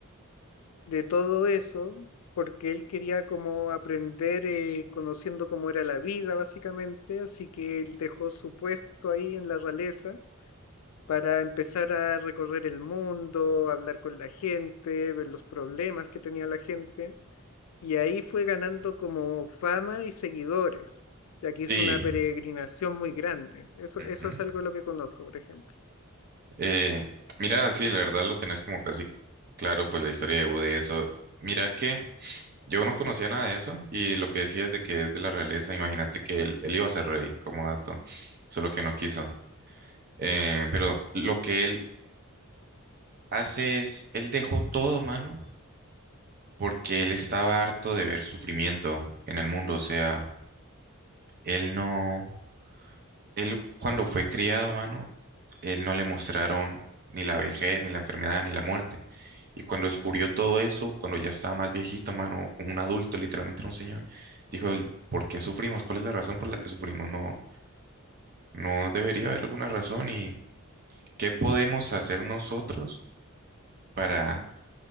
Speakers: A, on the left; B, on the right.
A: de todo eso, porque él quería como aprender eh, conociendo cómo era la vida, básicamente, así que él dejó su puesto ahí en la realeza para empezar a recorrer el mundo, hablar con la gente, ver los problemas que tenía la gente, y ahí fue ganando como fama y seguidores. ya que hizo
B: Sí.
A: una peregrinación muy grande. Eso,
B: ujú.
A: eso es algo de lo que conozco, por ejemplo.
B: Eh, mira, sí, la verdad lo tenés como casi claro, pues la historia de Buda y eso. Mira que yo no conocía nada de eso y lo que decías de que es de la realeza, imagínate que él, él iba a ser rey como dato, solo que no quiso. Eh, pero lo que él hace es, él dejó todo, mano. porque él estaba harto de ver sufrimiento en el mundo, o sea, él no, él cuando fue criado, mano, él no le mostraron ni la vejez, ni la enfermedad, ni la muerte. Y cuando descubrió todo eso, cuando ya estaba más viejito, mano, como un adulto, literalmente era un señor, dijo, él, ¿por qué sufrimos? ¿Cuál es la razón por la que sufrimos? No, no debería haber alguna razón y ¿qué podemos hacer nosotros para,